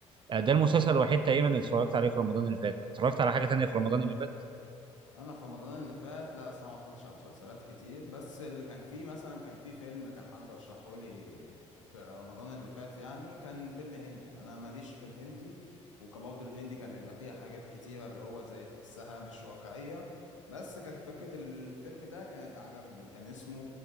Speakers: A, on the right; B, on the left.
A: آه، ده المسلسل الوحيد تقريبا اللي اتفرجت عليه في رمضان اللي فات اتفرجت على حاجة تانية في رمضان اللي فات
B: انا في رمضان اللي فات لا صراحه ما اتفرجتش على مسلسلات كتير بس اللي كان فيه مثلا كان فيه فيلم كان حد رشحه لي في رمضان اللي فات يعني كان فيلم هندي يعني انا ماليش في الهندي وكبرضه الهندي كان بيبقى فيها حاجات كتيره اللي هو زي تحسها مش واقعيه بس كفكره الفيلم ده كان عجبني كان اسمه